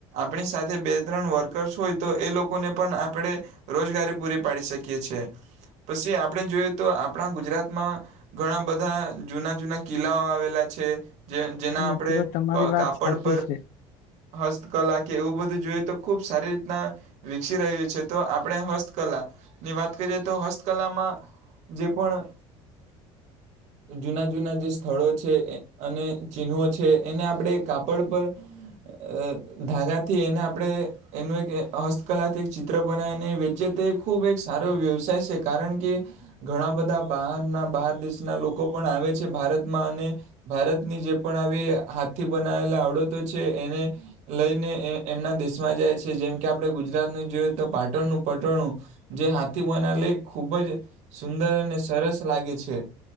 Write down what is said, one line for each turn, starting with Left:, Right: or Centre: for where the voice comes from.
Right: ણી સાથે બે ત્રણ વર્કર્સ હોય તો એ લોક કો ને પણ આપડે રોજગારી પૂરી પાડી શકીએ છેએ પછી આપડે જોઈએ તો આપડા ગુજરાતમાં ઘણા બધા જૂના જૂના કિલ્લાઓ આવેલા છે જે જેના
Left: હા મિત્રો
Right: આપડે
Left: તમારી
Right: ક-કાપડ
Left: વાત સાચી
Right: પર
Left: છે
Right: હસ્ત કલા કે એવું બધું જોઈએ તો ખુબ સારી રીતના વિકસી રહ્યું છે તો આપણે હસ્તકલા ની વાત કરીએ તો હસ્તકલામાં જે પણ જુના જૂના જે સ્થળો છે અને ચિહ્નો છે એને આપણે કાપડ પર અ ધાગાથી એને આપણે એનું એક હસ્તકલાથી એક ચિત્ર બનાવીને વેચે તે ખૂબ એક સારો વ્યવસાય છે કારણ કે ઘણા બધા બહારના બહાર દેશના લોકો પણ આવે છે ભારતમાં અને ભારતની જે પણ આવી હાથથી બનાવેલા આવડતો છે એને લઈને એમના દેશમાં જાય છે જેમ કે આપણે ગુજરાતનું જોઈએ તો પાટણનું પટણું જે હાથી બના લ ખૂબ જ સુંદર અને સરસ લાગે છે